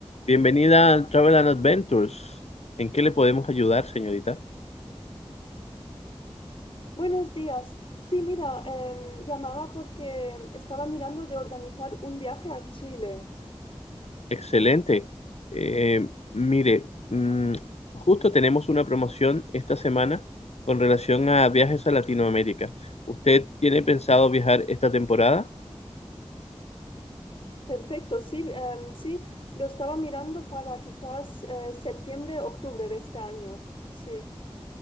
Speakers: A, on the left; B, on the left.
A: Bienvenida a Travel and Adventures. ¿En qué le podemos ayudar, señorita?
B: Buenos días. Sí, mira, em, llamaba porque estaba mirando de organizar un viaje a Chile.
A: Excelente. Eh, mire, mm, justo tenemos una promoción esta semana con relación a viajes a Latinoamérica. ¿Usted tiene pensado viajar esta temporada?
B: Perfecto, sí, em, sí, lo estaba mirando para quizás eh, septiembre, octubre de este año. Sí.